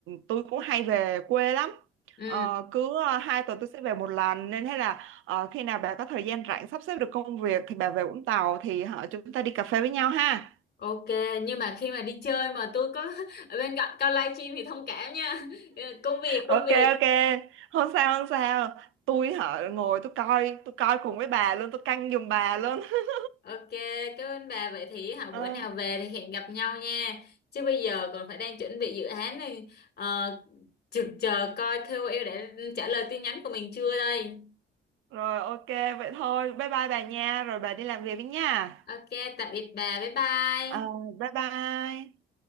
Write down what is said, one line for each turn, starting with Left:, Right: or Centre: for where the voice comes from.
Right: tôi cũng hay về quê lắm
Left: ừ
Right: Ờ, cứ ờ, hai tuần tôi sẽ về một lần nên thế là ờ, khi nào bà có thời gian rảnh sắp xếp được công việc thì bà về Vũng Tàu thì họ chúng ta đi cà phê với nhau ha
Left: Ok, nhưng mà khi mà đi chơi mà tôi có <laughs> ở bên cạnh coi livestream thì thông cảm nha. <laughs> Công việc,
Right: ok
Left: công việc.
Right: ok không sao không sao tôi hả ngồi tôi coi tôi coi cùng với bà luôn tôi canh giùm bà luôn <laughs>
Left: Ok, cảm ơn bà. Vậy thì hả
Right: Ờ,
Left: bữa nào về thì hẹn gặp nhau nha. Chứ bây giờ còn phải đang chuẩn bị dự án này. Ờ, chừng chờ coi KOL đã trả lời tin nhắn của mình chưa đây.
Right: rồi ok vậy thôi bye bye bà nha rồi bà đi làm việc đi nha
Left: Ok, tạm biệt bà. Bye bye.
Right: Ờ, bye bye